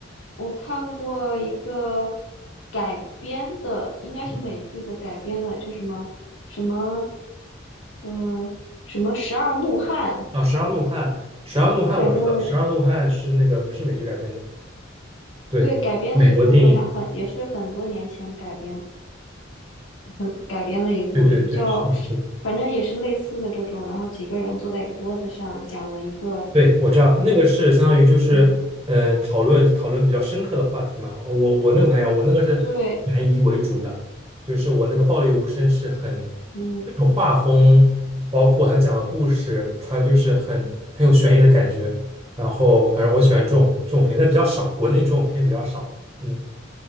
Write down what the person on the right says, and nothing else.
嗯，
啊，《十二怒汉》，《十二怒汉》我知道，
《十二怒汉》是那个是美剧改编的。对，
美国电影，
对对对，是的，是的，
对，我知道那个是相当于就是，
呃，讨论讨论比较深刻的话题嘛。我我那个不太一样，我那个是悬疑为主的，
就是我那个《暴力无声》是很
那种画风，包括他讲的故事，他就是很很有悬疑的感觉。然后反正我喜欢这种这种片，但比较少，国内这种片比较少。嗯，